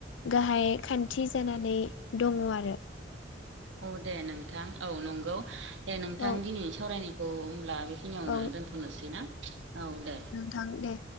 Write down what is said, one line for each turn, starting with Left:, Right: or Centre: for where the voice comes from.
Left: गाहाय खान्थि जानानै दङ आरो।
Right: औ दे नोंथां औ नंगौ दे नोंथां
Left: औ
Right: दिनै सावरायनायखौ होनब्ला बे खिनियावनो
Left: औ
Right: दोनथ'नोसै ना औ दे।
Left: थां दे।